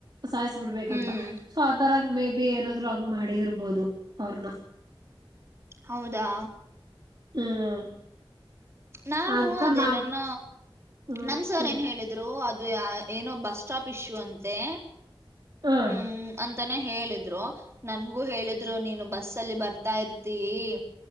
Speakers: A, on the right; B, on the right.
A: ಸಾಯಸ್ ಬಿಡ್ಬೇಕಂತ
B: ಹ್ಮ್
A: ಸೊ ಆ ತರಾಗ ಮೇ ಬಿ ಏನಾದ್ರು ಹಂಗ್ ಮಾಡಿದಿರ್ಬೋದು ಅವ್ರನ
B: ಹೌದಾ
A: ಹ್ಮ್
B: ನಾನು
A: ಅಂತ
B: ಅದೇ
A: ನಮ್
B: ನನ್ನ
A: ಹ್ಮ್
B: ನಮ್ ಸರ್
A: ಹ್ಮ್
B: ಏನ್ ಹೇಳಿದ್ದ ಅಂದ್ರು ಅದು ಏನೋ ಬಸ್ಸ್ಟ್ಯಾಂಪ್ ಇಸ್ಸು ಅಂತ್ತೆ.
A: ಹ್ಮ್
B: ಹ್ಮ <unintelligible> ತಾನೇ ಹೇಳಿದ್ರು ನನ್ಗೂ ಹೇಳಿದ್ರು ನೀನು ಬಸ್ ಅಲ್ಲಿ ಬರ್ತಾ ಇರ್ತೀಯಿ